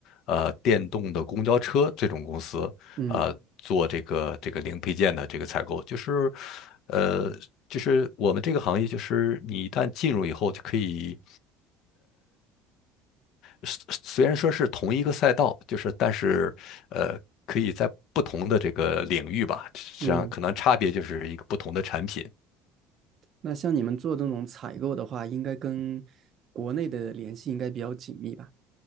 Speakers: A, on the left (about 55°); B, on the right (about 40°).
A: 呃电动的公交车这种公司，
B: 嗯
A: 呃做这个这个零配件的这个采购，就是呃就是我们这个行业，就是你一旦进入以后就可以，虽虽然说是同一个赛道，就是但是呃可以在不同的这个领域吧，实际上可能差别就是一个不同的产品。
B: 嗯，那像你们做这种采购的话，应该跟国内的联系应该比较紧密吧？